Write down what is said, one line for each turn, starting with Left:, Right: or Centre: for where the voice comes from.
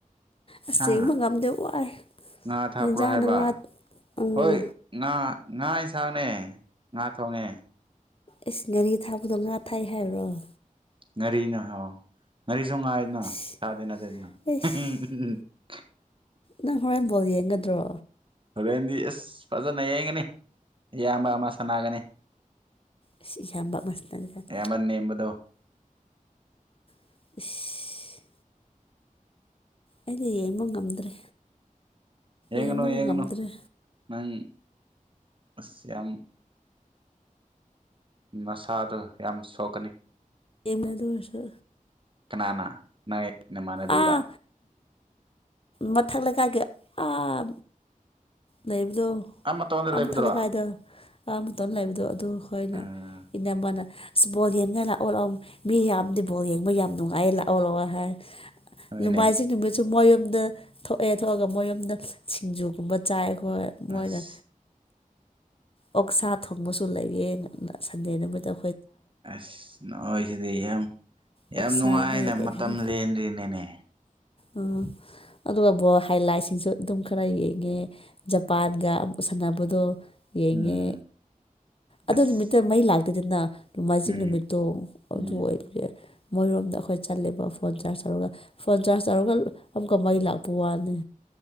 Left: ꯑ꯭ꯁ
Right: ꯍꯥ
Left: ꯌꯦꯡꯕ ꯉꯝꯗꯦ ꯋꯥꯏ
Right: ꯉꯥ ꯊꯥꯛꯄ꯭ꯔꯣ
Left: ꯑꯦꯟꯖꯥꯡꯅ
Right: ꯍꯥꯏꯕ
Left: ꯉꯥ ꯎꯝ
Right: ꯍꯣꯏ ꯉꯥ ꯉꯥ ꯌꯦꯟꯁꯥꯡꯅꯦ ꯉꯥ ꯊꯣꯡꯉꯦ
Left: ꯏꯁ ꯉꯥꯔꯤ ꯊꯥꯛꯄꯗꯣ ꯉꯥ ꯊꯥꯏ ꯍꯥꯏꯔꯨꯔꯣ
Right: ꯉꯥꯔꯤꯅ ꯍꯥꯎ ꯉꯥꯔꯤꯁꯨ ꯉꯥꯏꯅ
Left: ꯏꯁ
Right: ꯁꯥ
Left: ꯏꯁ
Right: <unintelligible>
Left: ꯅꯪ ꯍꯣꯔꯦꯟ ꯕꯣꯜ ꯌꯦꯡꯒꯗ꯭ꯔꯣ
Right: ꯍꯣꯔꯦꯟꯗꯤ ꯑꯁ ꯐꯖꯟ ꯌꯦꯡꯒꯅꯤ ꯏꯌꯥꯝꯕ ꯑꯃ ꯁꯥꯟꯅꯒꯅꯤ
Left: ꯏ꯭ꯁ ꯏꯌꯥꯝꯕ ꯑꯃ ꯁꯥꯟꯒꯅꯤ ꯀꯥꯢ
Right: ꯑꯌꯥꯝꯕ ꯅꯦꯝꯕꯗꯣ
Left: ꯏꯁ ꯑꯩꯗꯤ ꯌꯦꯡꯕ ꯉꯝꯗ꯭ꯔꯦ
Right: ꯌꯦꯉꯅꯨ
Left: ꯌꯦꯡꯕ
Right: ꯌꯦꯡꯉꯅꯨ
Left: ꯉꯝꯗ꯭ꯔꯦ
Right: ꯅꯪ ꯑꯁ ꯌꯥꯝ ꯃꯁꯥꯗꯣ ꯌꯥꯝ ꯁꯣꯛꯀꯅꯤ
Left: ꯌꯦꯡꯉꯦ ꯑꯗꯨ ꯑꯣꯢꯔꯁꯨ
Right: ꯀꯅꯥꯅ ꯅꯣꯏ ꯅꯃꯥꯟꯅꯕꯤꯔ
Left: ꯑꯥ ꯃꯊꯛ ꯂꯩꯀꯥꯏꯒꯤ ꯑꯥ ꯂꯩꯕꯗꯣ
Right: ꯃꯇꯣꯟꯗ
Left: ꯑꯥ
Right: ꯂꯩꯕꯗꯨꯔꯣ
Left: ꯃꯊꯠ ꯂꯩꯀꯥꯏꯗꯣ ꯑꯥ ꯃꯇꯣꯟ ꯂꯩꯕꯗꯣ ꯑꯗꯨ ꯈꯣꯏꯅ
Right: ꯎꯝ
Left: ꯏꯅꯝꯃꯥꯅ ꯑꯁ ꯕꯣꯜ ꯌꯦꯟꯅꯉꯥꯢ ꯂꯥꯛꯑꯣ ꯂꯥꯛꯑꯣ ꯃꯤ ꯌꯥꯝꯗꯤ ꯕꯣꯜ ꯌꯦꯡꯕ ꯌꯥꯝ ꯅꯨꯡꯉꯥꯏꯌꯦ ꯂꯥꯛꯑꯣ ꯂꯥꯛꯑꯣ ꯍꯥꯏ
Right: ꯍꯣꯏꯅꯦ
Left: ꯅꯣꯡꯃꯥꯏꯖꯤꯡ ꯅꯨꯃꯤꯠꯁꯨ ꯃꯣꯏꯌꯣꯝꯗ ꯊꯣꯛꯑꯦ ꯊꯣꯛꯑꯒ ꯃꯣꯏꯌꯨꯝꯗ ꯁꯤꯡꯖꯨꯒꯨꯝꯕ ꯆꯥꯏ ꯍꯣꯏ ꯃꯣꯏꯅ
Right: ꯑꯁ
Left: ꯑꯣꯛꯁꯥ ꯊꯣꯡꯕꯁꯨ ꯂꯩꯌꯦꯅ ꯁꯟꯗꯦ ꯅꯨꯃꯤꯠꯇꯣ
Right: ꯑꯁ ꯅꯣꯏ ꯁꯤꯗꯤ ꯌꯥꯝ ꯌꯥꯝ
Left: ꯑꯣꯛꯁꯥꯅꯦ
Right: ꯅꯨꯡꯉꯥꯏꯅ
Left: ꯀꯩ
Right: ꯃꯇꯝ
Left: ꯀꯩꯅꯣ
Right: ꯂꯦꯟꯂꯤꯅꯤꯅꯦ
Left: ꯎꯝ ꯑꯗꯨꯒ ꯕꯣꯜ ꯍꯥꯏ ꯂꯥꯏꯠꯁꯤꯡꯁꯨ ꯑꯗꯨꯝ ꯈꯔ ꯌꯦꯡꯉꯦ ꯖꯄꯥꯟꯒ ꯑꯃꯨꯛ ꯁꯥꯟꯅꯕꯗꯣ ꯌꯦꯡꯉꯦ
Right: ꯎꯝ
Left: ꯑꯗꯨ
Right: ꯑꯁ
Left: ꯅꯨꯃꯤꯠꯇ ꯃꯩ ꯂꯥꯛꯇꯦꯗꯅ ꯅꯣꯡꯃꯥꯏꯖꯤꯡ
Right: ꯎꯝ
Left: ꯅꯨꯃꯤꯠꯇꯣ
Right: ꯎꯝ
Left: ꯑꯗꯨ ꯑꯣꯏꯕꯒꯤ ꯃꯣꯏꯔꯣꯝꯗ ꯑꯩꯈꯣꯏ ꯆꯠꯂꯦꯕ ꯐꯣꯟ ꯆꯥꯔꯖ ꯇꯧꯔꯒ ꯐꯣꯟ ꯆꯥꯔꯖ ꯇꯧꯔꯒ ꯑꯃꯨꯛꯀ ꯃꯩ ꯂꯥꯛꯄ ꯋꯥꯅꯤ